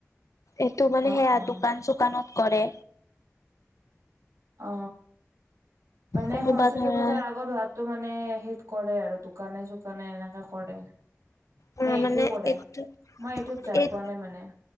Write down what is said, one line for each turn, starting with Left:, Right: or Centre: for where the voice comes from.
Left: এইটো মানে
Right: অ
Left: সেয়া
Right: অ
Left: দোকান-চোকানত কৰে।
Right: অ, মানে
Left: কোনোবা
Right: সৰস্বতী
Left: ধৰা
Right: পূজাৰ আগত হোৱাত টো, মানে সেইত কৰে আৰু দোকানে-চোকানে এনেকে কৰে।
Left: অ',
Right: নে, এইটোও
Left: মানে
Right: কৰে,
Left: এইটো
Right: মই এইটোত যাই
Left: এই
Right: পোৱা নাই মানে।